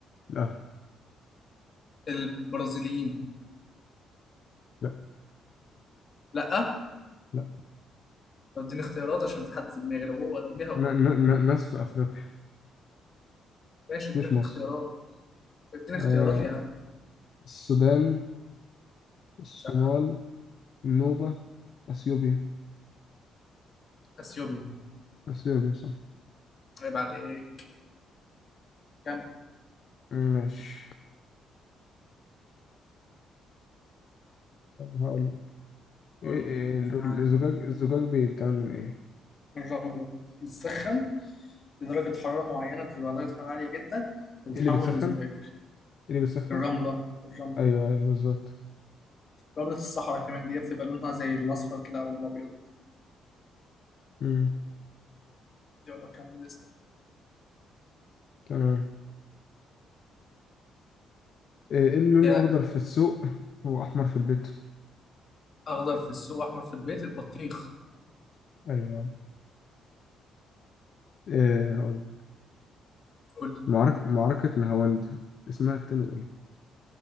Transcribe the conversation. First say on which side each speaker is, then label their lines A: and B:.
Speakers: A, on the left (about 55°); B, on the left (about 45°).
A: القهوه
B: البرازيليين
A: لا
B: لا
A: لا
B: طب اديني اختيارات عشان في حد في دماغي لو هو لو جه هقوله
A: ن- ن- ن- ناس في افريقيا
B: ماشي اديني
A: مش مصر
B: اختيارات اديني
A: آه
B: اختيارات يا عم
A: السودان الصومال
B: لا
A: النوبه اثيوبيا
B: اثيوبيا
A: اثيوبيا صح
B: عيب عليك كم
A: ماشي هقول لك.
B: قول
A: إيه
B: لي.
A: إيه الر-
B: يعني
A: الزجاج الزجاج بيتعمل من ايه؟
B: الرملة بتسخن لدرجة حرارة معينة بتبقى درجة حرارة عالية جدا وبتتحول
A: ايه اللي بيتسخن؟
B: لزجاج
A: ايه اللي بيتسخن؟
B: الرملة الرملة
A: ايوه ايوه بالظبط
B: رملة الصحراء كمان دي بتبقى لونها زي الأصفر كده أو الأبيض
A: امم
B: يلا كمل اسمك
A: تمام ايه إيه اللي لونه
B: يا
A: اخضر في السوق واحمر في البيت؟
B: اخضر في السوق احمر في البيت البطيخ
A: ايوه ايه هقول لك.
B: قول لي.
A: معركة معركة نهاوند اسمها التاني ايه؟